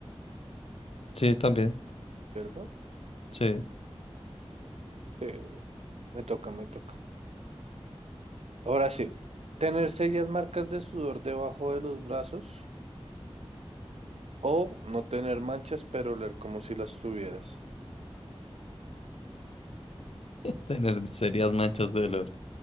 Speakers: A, on the left (about 75°); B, on the right (about 80°).
A: Sí, también.
B: ¿Cierto?
A: Sí.
B: Sí, me toca, me toca. Ahora sí. Tener serias marcas de sudor debajo de los brazos O no tener manchas, pero oler como si las tuvieras.
A: Tener serias manchas de dolor.